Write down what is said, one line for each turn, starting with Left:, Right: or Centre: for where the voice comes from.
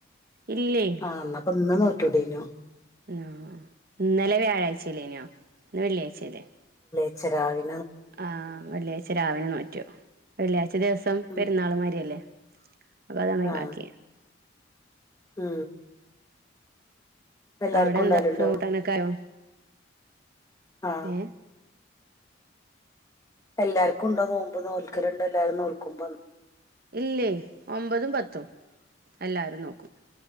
Right: ഇല്ലേ
Left: ആസ് എന്നപ്പൊ ഇന്ന് നോറ്റിടെയ്നോ
Right: ആ ഇന്നലെ വ്യാഴാഴ്ചല്ലേനെയോ ഇന്ന് വെള്ളിയാഴ്ച്ച ശരി
Left: ച്ച രാവി
Right: ആ വെള്ളിയ ച്ച രാവിലെ നോറ്റു വെള്ളിയാഴ് ച്ച്ലേസം
Left: ഉം
Right: പെരുന്നാള്മാര്യല്ലേ അതാ ഞാന് ഒഴിവാക്കിയെ
Left: ആ ഉം എല്ലാർക്കും
Right: അവിടെ എന്താ
Left: ഉണ്ടാവലുണ്ടോ
Right: ചോറ്ക്കൂട്ടാനൊക്കായോ
Left: ആ
Right: ഏഹ്
Left: എല്ലാർക്കുണ്ടോ നോമ്പ് നോൽക്കല്ണ്ട്ല്ലെ നോൽക്കുമ്പം
Right: ഇല്ലേ ഒമ്പതും പത്തും എല്ലാരും നോക്കും